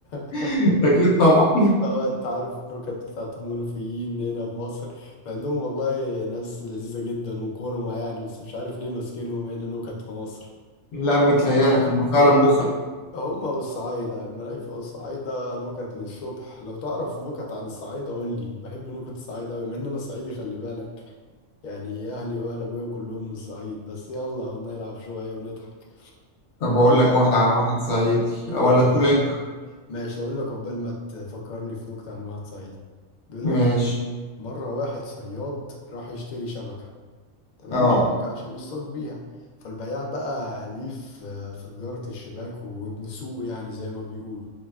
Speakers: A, on the left (about 55°); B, on the left (about 75°).
A: <laughs>
B: <laughs> اكيد طبعا
A: طبعا انت عارف نكت بتاعت المنوفيين هنا في مصر مع انهم والله ناس لذيذة جدا وكرمة يعني بس مش عارف ليه ماسكينهم هنا نكت في مصر
B: لا متهيألك
A: هم
B: هم فعلا بخل
A: هم والصعايدة المنايفة والصعايدة نكت للصبح لو تعرف نكت عن الصعايدة قول لي بحب نكت الصعايدة أوي من أنا صعيدي خلي بالك يعني أهلي وأهل أبويا كلهم من الصعيد بس يلا هنلعب شوية ونضحك
B: طب
A: قبل
B: اقول
A: بقى
B: لك واحده على واحد صعيدي
A: قول
B: ولا
A: لي
B: تقول
A: واحدة
B: انت
A: ماشي اقول لك عقبال ما تفكر لي في نكته عن واحد صعيدي بيقول لك
B: ماشي
A: ايه مره واحد صياد راح يشتري شبكه تمام
B: اه
A: شبكه عشان يصطاد بيها فالبياع بقى ليه في في تجاره الشباك وابن سوق يعني زي ما بيقولوا